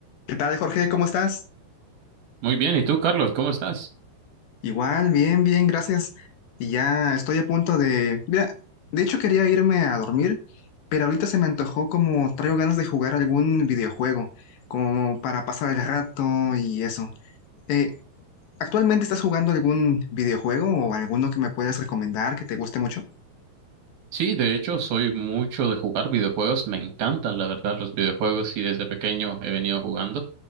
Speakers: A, on the left; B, on the right.
A: ¿Qué tal, Jorge? ¿Cómo estás?
B: Muy bien, ¿y tú, Carlos, cómo estás?
A: Igual, bien, bien, gracias. Y ya estoy a punto de... Mira, de hecho quería irme a dormir, pero ahorita se me antojó como traigo ganas de jugar algún videojuego, como para pasar el rato y eso. Eh, ¿actualmente estás jugando algún videojuego o alguno que me puedas recomendar que te guste mucho?
B: Sí, de hecho, soy mucho de jugar videojuegos, me encantan, la verdad, los videojuegos y desde pequeño he venido jugando.